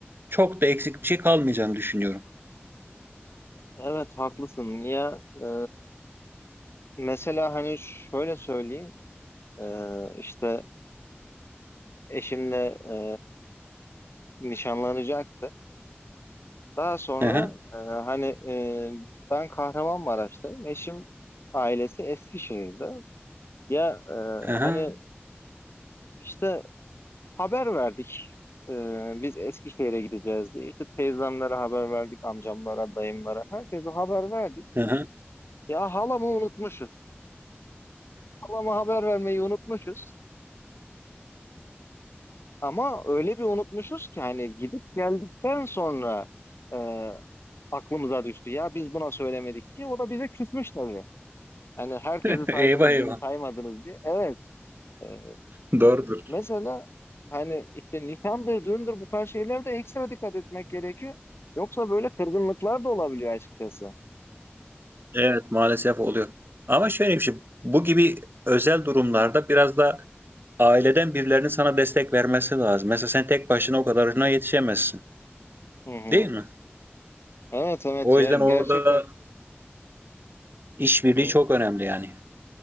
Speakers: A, on the right; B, on the left.
A: çok da eksik bir şey kalmayacağını düşünüyorum.
B: Evet haklısın. Ya e, mesela hani şöyle söyleyeyim e, işte eşimle e, nişanlanacaktı. Daha sonra
A: Aha,
B: e, hani e, ben Kahramanmaraş'tayım. Eşim ailesi Eskişehir'de. Ya e,
A: aha,
B: hani işte haber verdik. E, biz Eskişehir'e gideceğiz diye. İşte teyzemlere haber verdik, amcamlara, dayımlara. Herkese haber verdik.
A: aha.
B: Ya halamı unutmuşuz. Halama haber vermeyi unutmuşuz. Ama öyle bir unutmuşuz ki hani gidip geldikten sonra e, aklımıza düştü. Ya biz buna söylemedik diye. O da bize küsmüş tabii. Hani herkesi
A: <laughs>
B: saydınız,
A: Eyvah eyvah.
B: bizi saymadınız diye. Evet. e,
A: <laughs> Doğrudur.
B: Mesela hani işte nişan bir düğündür bu tarz şeylerde ekstra dikkat etmek gerekiyor. Yoksa böyle kırgınlıklar da olabiliyor açıkçası.
A: Evet maalesef oluyor. Ama şöyle bir şey, bu gibi özel durumlarda biraz da aileden birilerinin sana destek vermesi lazım. Mesela sen tek başına o kadarına yetişemezsin,
B: Hı hı.
A: değil mi?
B: Evet evet
A: O
B: ya
A: yüzden
B: gerçekten.
A: orada işbirliği
B: Hı hı.
A: çok önemli yani.